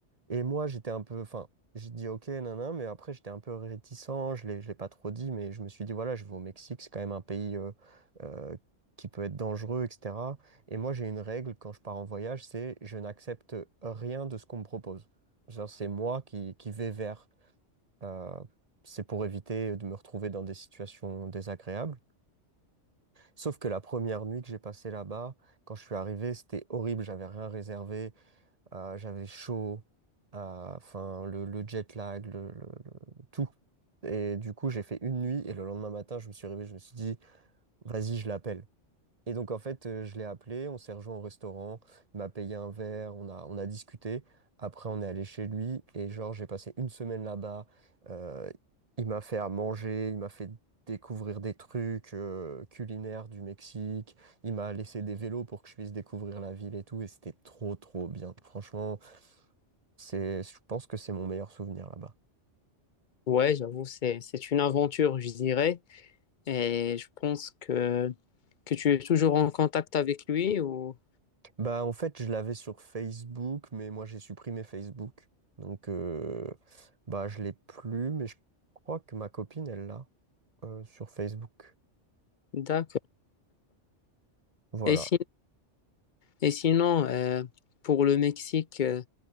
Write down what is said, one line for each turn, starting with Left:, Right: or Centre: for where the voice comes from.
Right: Et moi, j'étais un peu, enfin, j'ai dit ok, nanan, mais après, j'étais un peu réticent, je l'ai, je l'ai pas trop dit, mais je me suis dit, voilà, je vais au Mexique, c'est quand même un pays euh, euh, qui peut être dangereux, etc. Et moi, j'ai une règle quand je pars en voyage, c'est je n'accepte rien de ce qu'on me propose. Genre, c'est moi qui, qui vais vers. Euh, c'est pour éviter de me retrouver dans des situations désagréables. Sauf que la première nuit que j'ai passée là-bas, quand je suis arrivé, c'était horrible. J'avais rien réservé. euh, j'avais chaud. euh, Enfin, le, le jet lag, le, le- le- tout. Et du coup, j'ai fait une nuit et le lendemain matin, je me suis réveillé. Je me suis dit, vas-y, je l'appelle. Et donc, en fait, euh, je l'ai appelé, on s'est rejoint au restaurant, il m'a payé un verre, on a, on a discuté. Après, on est allé chez lui et genre, j'ai passé une semaine là-bas. Euh, il m'a fait à manger, il m'a fait découvrir des trucs euh, culinaires du Mexique, il m'a laissé des vélos pour que je puisse découvrir la ville et tout. Et c'était trop, trop bien. Franchement, c'est, je pense que c'est mon meilleur souvenir là-bas.
Left: Ouais, j'avoue, c'est, c'est une aventure, je dirais. Et je pense que, que tu es toujours en contact avec lui ou...
Right: Bah, en fait, je l'avais sur Facebook, mais moi, j'ai supprimé Facebook. Donc, euh, bah, je l'ai plus, mais je crois que ma copine, elle l'a euh, sur Facebook.
Left: D'accord.
Right: Voilà.
Left: Et, si- et sinon, euh, pour le Mexique, euh,